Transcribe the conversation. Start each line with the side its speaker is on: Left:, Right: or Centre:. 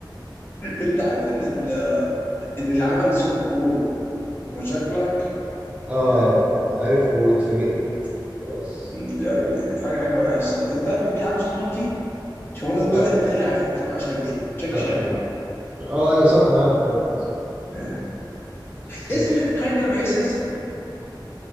Left: انت عارف ان ال- ان اللي عمل صوت بو هو جاك بلاك؟
Right: أه عارف آه، عارف واتفاجئت خلاص
Left: يا عم حاجه حاجه رائعه الصراحه طب تعرف مين اللي عامل صوت مونكي؟ شوف هو
Right: لا
Left: دول واحد الاثنين اللي عارفهم عشان اشهر اثنين شاكي
Right: لا
Left: شان
Right: مش عارف اه ايوه صح انا عارف ايوه لا صح
Left: آه.
Right: بس جاكي
Left: Isn't
Right: شان
Left: it kind of racist؟